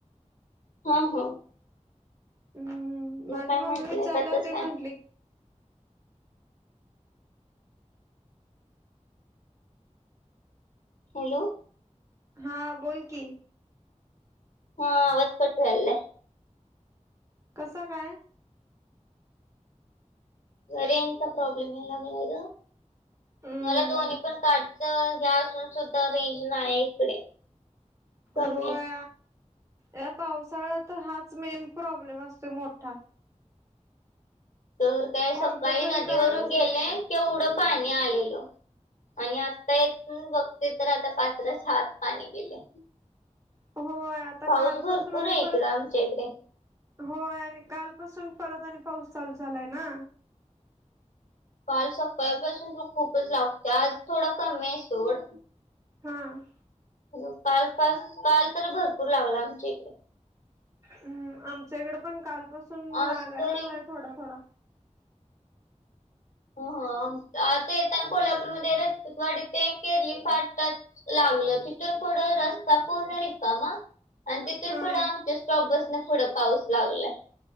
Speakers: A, on the left (about 85°); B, on the right (about 25°).
A: ह हो
B: हम्म माझी
A: काय
B: मम्मी
A: म्हंटलंय
B: विचारलं
A: का तस
B: ते
A: काय
B: म्हंटली
A: हॅलो
B: हा बोल की
A: हा आवत् पटूयल्
B: कसं काय
A: रे एंत प्रॉबलेम येल लागला इ
B: हम्म
A: मला दोन्ही पण कारडच ह्या असून सुद्धा रेंज नाही इकडे कमी
B: होय
A: आहे
B: या पावसाळ्यात हाच मेन प्रॉब्लेम असतो मोठा
A: तर काय
B: कोणत
A: सकाळी
B: जरी
A: नदीवरून
B: कार्ड असलं
A: गेले किवढं पाणी आलेल आणि आता येथून बघते तर आता पाचरा ात पाणी गेले
B: होय आता
A: पाऊस
B: कालपासून
A: भरपूर
B: आणि
A: आहे इकडं
B: परत.
A: आमच्या इकडे.
B: होय आणि कालपासून परत आणि पाऊस चालू झालाय ना.
A: काल सकाळपासून तू खूपच लागते आज थोडा कमी आहे सोड.
B: हां.
A: काल पास काल तर भरपूर लागला आमच्या इकडे.
B: हम्म आमच्या इकडे पण कालपासून
A: आज
B: लागायला
A: तरी
B: लागलाय थोडा थोडा.
A: हो ह आता येताना कोल्हापूरमध्येध्ये रपूतवाडी ते केरली फाटतात. लावलं तिथून थोडं रस्ता पणार का मग. आणि तिथून
B: हा
A: पुढं आमच्या स्टॉप बसने पुढं पाऊस लागलाय.